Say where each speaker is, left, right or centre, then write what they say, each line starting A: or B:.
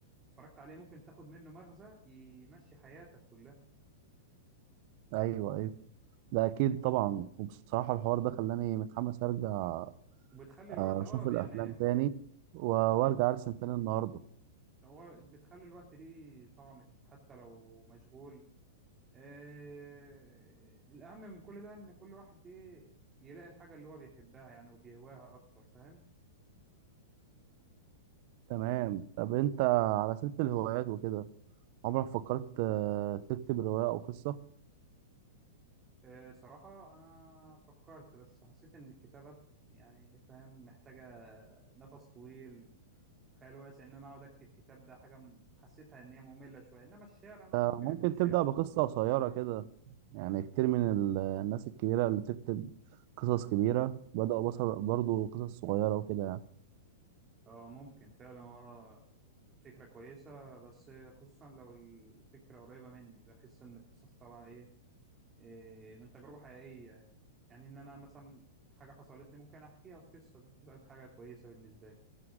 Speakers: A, on the right; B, on the right.
A: اتفرجت عليه ممكن تاخد منه مغزى يمشي حياتك كلها
B: ايوه ايوه ده اكيد طبعا وبصراحة الحوار ده خلاني متحمس ارجع
A: وبتخلي
B: آه،
A: الوقت اه
B: اشوف الافلام
A: يعني
B: تاني و- وارجع ارسم تاني النهاردة
A: هو بتخلي الوقت ليه طعم حتى لو مشغول آه الأهم من كل ده إن كل واحد إيه يلاقي الحاجة اللي هو بيحبها يعني وبيهواها أكتر فاهم
B: تمام طب انت على سيرة الهوايات وكده عمرك فكرت آه، تكتب رواية او قصة
A: آه صراحة أنا فكرت بس حسيت إن الكتابات يعني فاهم محتاجة نفس طويل وخيال واسع إن أنا أقعد أكتب كتاب ده حاجة م- حسيتها إن هي مملة شوية إنما الشعر أنا
B: آه،
A: ممكن
B: ممكن
A: أكتب شعر
B: تبدأ بقصة قصيرة كده يعني كتير من ال- الناس الكبيرة اللي تكتب قصص كبيرة بدأوا بصر برضو قصص صغيرة وكده يعني
A: اه ممكن فعلا هو فكرة كويسة بس خصوصا لو الفكرة قريبة مني بحس إن القصص طالعة إيه, إيه من تجربة حقيقية يعني. يعني إن أنا مثلا حاجة حصلت لي ممكن أحكيها في قصة دي تبقى حاجة كويسة بالنسبة لي